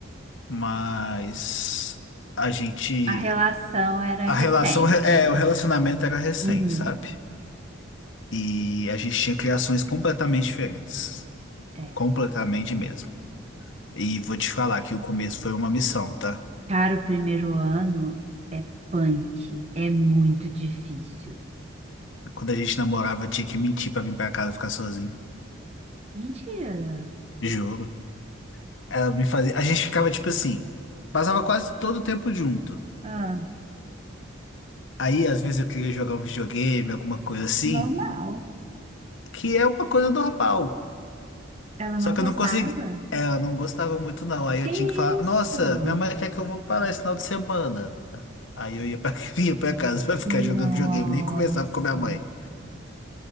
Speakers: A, on the left; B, on the right.
A: mas a gente.
B: A relação era
A: A
B: recente.
A: relação. É, o relacionamento era recente,
B: Uhum.
A: sabe? E a gente tinha criações completamente diferentes.
B: É.
A: Completamente mesmo. E vou te falar que o começo foi uma missão, tá?
B: Cara, o primeiro ano é punk, é muito difícil.
A: Quando a gente namorava, eu tinha que mentir pra vir pra casa ficar sozinho.
B: Mentira.
A: Juro. Ela me fazia. A gente ficava tipo assim. Passava quase todo o tempo junto.
B: Ah,
A: Aí, às vezes, eu queria jogar um videogame, alguma coisa assim,
B: normal.
A: que é uma coisa normal.
B: Ela
A: Só
B: não
A: que
B: gostava?
A: eu não consegui. Ela não gostava muito, não. Aí
B: Que
A: eu tinha que falar,
B: isso?
A: nossa, minha mãe quer que eu vou parar esse final de semana. Aí eu ia pra, <laughs> ia pra casa pra ficar
B: Nossa.
A: jogando videogame, nem conversava com a minha mãe.